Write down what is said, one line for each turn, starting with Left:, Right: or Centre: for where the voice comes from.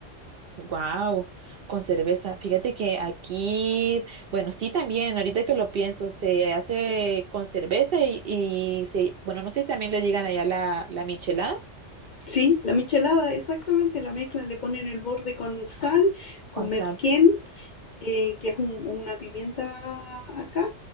Right: Wow, con cerveza. Fíjate que aquí, bueno, sí también, ahorita que lo pienso, se hace con cerveza y, y se, bueno, no sé si también le digan allá la, la michelada
Left: Sí, la michelada, exactamente, la mezclan, le ponen el borde con sal, con
Right: con
Left: merquén,
Right: sal.
Left: eh, que es un- una pimienta acá,